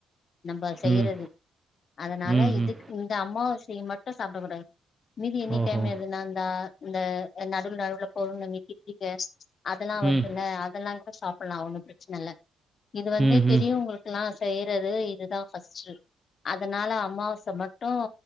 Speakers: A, on the left (about 50°); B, on the right (about 15°).
A: நம்ம செய்யறது
B: ம்.
A: அதனால
B: ம்ஹ்ம்.
A: இதுக்கு இந்த அம்மாவாசை மட்டும் சாப்பிடக்க கூடாது மீதி எனி
B: ஓஹோ!
A: டைம் எதுனா இந்தந்த இந்தந்த நடுவுவில் நடுவுல பௌர்ணமி கிருத்திகா அதெல்லா வருதுல்ல
B: ம்.
A: அதெல்லா கூட சாப்பிடலா ஒன்னு பிரச்சன இல்ல இது வந்து
B: ம்ஹ்ம்.
A: பெரியவங்களுக்கு லாம் செய்யறது இதுதா ஃபர்ஸ்ட்ட் அதனால அமாவாச மட்டும்